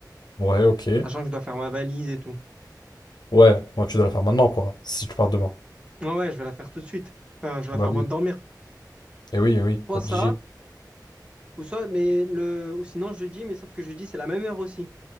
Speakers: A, on the left (about 70°); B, on the right (about 15°).
A: Ouais, ok.
B: Sachant que je dois faire ma valise et tout.
A: Ouais, moi tu dois le faire maintenant, quoi, si tu pars demain.
B: Ouais, ouais, je vais la faire tout de suite. Enfin, je vais la
A: Bah
B: faire avant
A: oui.
B: de dormir.
A: Eh oui, eh oui,
B: Soit
A: obligé.
B: ça, ou soit, mais le, ou sinon jeudi, mais sauf que jeudi, c'est la même heure aussi.